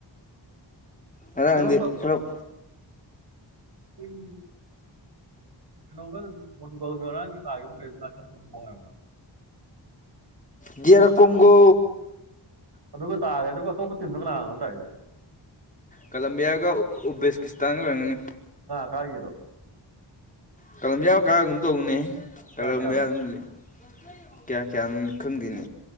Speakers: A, on the left; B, on the right.
A: ꯉꯔꯥꯡꯗꯤ
B: ꯀꯩꯅꯣ
A: ꯈꯔꯞ
B: ꯎꯝ ꯀꯩꯅꯣꯒ ꯄꯣꯇꯨꯒꯜꯒ ꯉꯔꯥꯡ ꯇꯥꯒꯤꯕꯗꯣ ꯀꯩꯕ <unintelligible> ꯀꯣꯡꯒꯣ ꯍꯥꯏꯕꯔ꯫
A: D R Congo.
B: ꯑꯗꯨꯒ ꯇꯥꯔꯦ ꯑꯗꯨꯒ ꯑꯇꯣꯞꯄ ꯇꯤꯝꯗꯣ ꯀꯅꯥ ꯀꯅꯥꯅꯣ ꯇꯥꯏꯖꯦ꯫
A: ꯀꯂꯝꯕꯤꯌꯥꯒ ꯎꯕꯦꯁꯀꯤꯁꯇꯥꯟꯒ ꯑꯣꯏꯔꯝꯒꯅꯤ꯫
B: ꯀꯥꯏꯒꯤꯗꯣ꯫
A: ꯀꯂꯝꯕꯤꯌꯥ ꯀꯥꯒꯤꯒꯨꯝ ꯇꯧꯕꯅꯦ꯫
B: ꯀꯌꯥ
A: ꯀꯂꯝꯕꯤꯌꯥ
B: ꯀꯌꯥꯗ
A: ꯑꯗꯨꯝ ꯂꯤ <unintelligible> ꯀꯌꯥ ꯀꯌꯥꯅꯣꯗꯤ ꯈꯪꯗꯦꯅꯦ